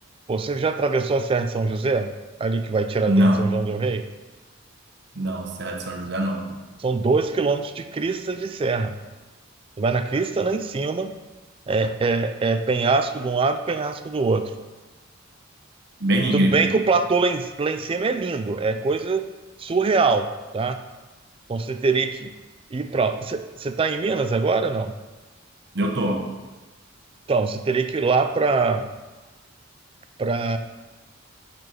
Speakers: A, on the right; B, on the right.
A: Pô, Você já atravessou a Serra de São José? Ali que vai tirar
B: Não,
A: Tiradentes, São João del Rei?
B: não, Serra de São José não.
A: São dois quilômetros de crista de serra. Tu vai na crista lá em cima, é, é penhasco de um lado, penhasco do outro.
B: Bem íngreme.
A: Tudo bem que o platô lá em, lá em cima é lindo, é coisa surreal, tá? Então você teria que ir para. Você está em Minas agora, não?
B: Eu tô.
A: Então você teria que ir lá para para